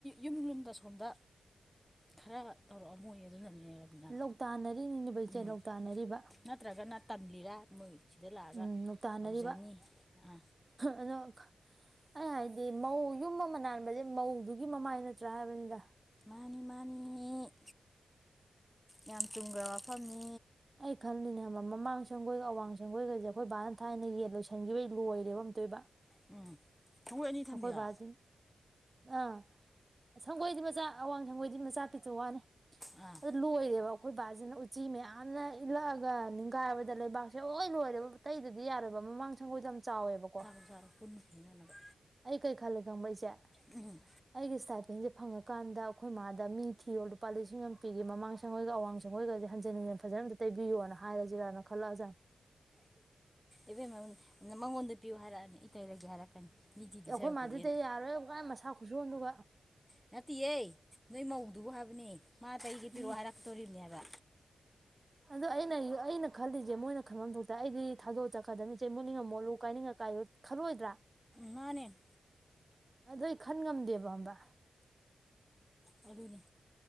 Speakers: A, in the centre; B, on the right (about 30°).
A: ꯌꯨꯝ ꯌꯨꯝꯗ ꯁꯣꯝꯗ ꯈꯔ ꯇꯧꯔꯛꯑꯝ ꯃꯣꯏ ꯑꯗꯨꯅꯅꯦ ꯔꯕꯤꯅꯥ
B: ꯂ ꯂꯧꯇꯥꯟꯅꯔꯤꯅꯤꯅꯦꯕꯩꯆꯦ
A: ꯎꯝ
B: ꯂꯧ ꯇꯥꯟꯅꯔꯤꯕ
A: ꯅꯠꯇ꯭ꯔꯒꯅ ꯇꯝꯂꯤꯔꯥ ꯃꯣꯏ ꯁꯤꯗ ꯂꯥꯛꯑꯒ
B: ꯎꯝ ꯂꯧꯇꯥꯟꯅꯔꯤꯕ
A: ꯇꯧꯖꯅꯤ ꯑ
B: ꯑꯗꯣ ꯑꯩ ꯍꯥꯏꯗꯤ ꯃꯧ ꯌꯨꯝ ꯑꯃ ꯅꯥꯟꯕꯁꯦ ꯃꯧꯗꯨꯒꯤ ꯃꯃꯥꯏ ꯅꯠꯇ꯭ꯔꯥ ꯍꯥꯏꯕꯅꯤꯗ
A: ꯃꯥꯅꯤ ꯃꯥꯅꯤ ꯌꯥꯝ ꯆꯨꯝꯈ꯭ꯔꯕ ꯃꯐꯝꯅꯤ
B: ꯑꯩ ꯈꯜꯂꯤꯅꯦ ꯃꯃꯥꯡ ꯁꯪꯒꯣꯏꯒ ꯑꯋꯥꯡ ꯁꯪꯒꯣꯏꯒꯁꯦ ꯑꯩꯈꯣꯏ ꯕꯥꯅ ꯊꯥꯏꯅ ꯌꯦꯟ ꯂꯣꯏꯁꯟꯈꯤꯕꯒꯤ ꯂꯣꯏꯔꯦꯕ ꯑꯝꯇꯣꯏꯕ
A: ꯎꯝ ꯁꯪꯒꯣꯏ ꯑꯅꯤ ꯊꯝꯕꯤꯔꯣ
B: ꯅꯈꯣꯏꯕꯖ ꯑꯥ ꯁꯪꯒꯣꯏꯗꯤ ꯃꯆꯥ ꯑꯋꯥꯡ ꯁꯪꯒꯣꯏꯗꯤ ꯃꯆꯥ ꯄꯤꯛꯁꯨ ꯋꯥꯅꯤ
A: ꯑꯥ
B: ꯑꯗꯨ ꯂꯣꯏꯔꯦꯕ ꯑꯩꯈꯣꯏ ꯕꯥꯁꯤꯅ ꯎꯆꯤ ꯃꯌꯥꯝꯅ ꯏꯜꯂꯛꯑꯒ ꯅꯤꯡꯈꯥꯏꯕꯗ ꯂꯩꯕꯥꯛꯁꯦ ꯂꯣꯏ ꯂꯣꯏꯔꯦꯕ ꯇꯇꯩꯗꯗꯤ ꯌꯥꯔꯣꯏꯕ ꯃꯃꯥꯡ ꯁꯪꯒꯣꯏꯗꯣ ꯌꯥꯝ ꯆꯥꯎꯋꯦꯕꯀꯣ
A: ꯁꯥꯔ ꯄꯨꯟꯅ ꯄꯤꯅꯅꯦꯕ
B: ꯑꯩ ꯀꯩ ꯈꯜꯂꯦ ꯈꯪꯕ꯭ꯔ ꯏꯆꯦ
A: ꯎꯝ
B: ꯑꯩꯒꯤ ꯏꯁꯇꯥꯥꯏꯄꯦꯟꯁꯦ ꯐꯪꯉꯀꯥꯟꯗ ꯑꯩꯈꯣꯏ ꯃꯥꯗ ꯃꯤ ꯊꯤꯔꯣ ꯂꯨꯄꯥ ꯂꯤꯁꯤꯡ ꯑꯃ ꯄꯤꯒꯤ ꯃꯃꯥꯡ ꯁꯦꯡꯒꯣꯏꯒ ꯑꯋꯥꯡ ꯁꯦꯡꯣꯏꯒꯁ ꯍꯟ ꯍꯟꯖꯅꯝ ꯇꯩꯕꯤꯌꯣꯅ ꯍꯥꯏꯔ ꯖꯤꯔꯥꯅ ꯈꯜꯂꯛꯑꯖꯥꯠ
A: ꯏꯕꯦꯝ ꯃꯉꯣꯟꯗ ꯄꯤꯌꯨ ꯍꯥꯏꯔꯛꯑꯅꯤ ꯏꯇꯔꯒꯦ ꯍꯥꯏꯔꯛꯀꯅꯤ ꯃꯤ ꯇꯤꯗꯨ
B: ꯑꯩꯈꯣꯏ
A: ꯁꯔꯛꯄꯨꯗꯤꯅ
B: ꯃꯥꯗꯤꯗꯤ ꯌꯥꯔꯣꯏ ꯑꯃꯨꯀꯥꯏ ꯃꯁꯥ ꯈꯨꯠꯁꯨꯣꯟ ꯑꯗꯨꯒ
A: ꯅꯠꯇꯦꯌꯦ ꯅꯣꯏ ꯃꯧꯗꯨꯕꯨ ꯍꯥꯏꯕꯅꯦ ꯃꯥ ꯇ ꯑꯩꯒ ꯄꯤꯔꯛꯑꯣ
B: ꯎꯝ
A: ꯍꯥꯏꯔꯛꯇꯣꯔꯤꯕꯅꯦꯕ
B: ꯑꯗꯣ ꯑꯩꯅ ꯑꯩꯅ ꯈꯜꯂꯤꯁꯦ ꯃꯣꯏꯅ ꯈꯟꯕ ꯊꯣꯛꯇ ꯑꯩꯗꯤ ꯊꯥꯗꯣꯛ ꯆꯠꯀꯗꯕꯅꯤꯁꯦ ꯃꯨꯠꯅꯤꯡꯉ ꯃꯣꯠꯂꯨ ꯀꯥꯏꯅꯤꯡꯉ ꯀꯥꯏꯌꯨ ꯈꯜꯂꯣꯏꯗ꯭ꯔꯥ
A: ꯃꯥꯅꯦ
B: ꯑꯗꯨ ꯑꯩ ꯈꯟ ꯉꯝꯗꯦꯕ ꯑꯝꯕ
A: ꯑꯗꯨꯅꯤ